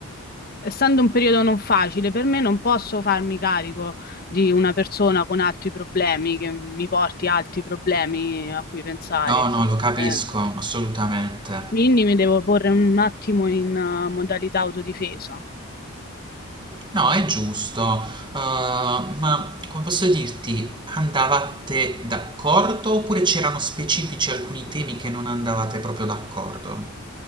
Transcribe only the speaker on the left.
essendo un periodo non facile per me, non posso farmi carico di una persona con altri problemi, che mi porti altri problemi a cui pensare.
Eh,
quindi mi devo porre un attimo in eh, modalità autodifesa.
Mm,